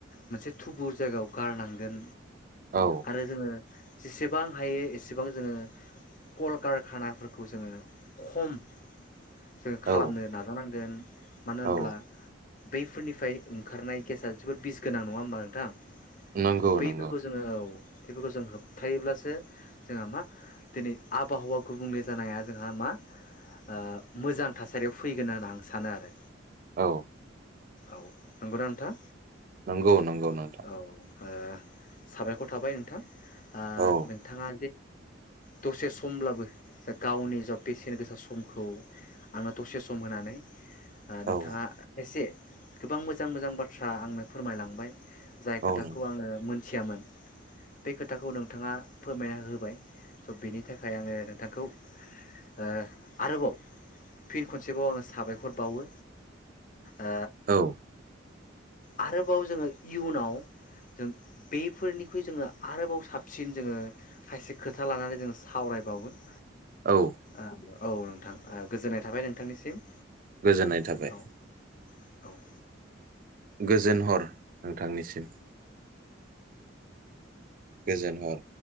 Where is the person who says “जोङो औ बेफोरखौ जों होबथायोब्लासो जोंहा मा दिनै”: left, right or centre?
Left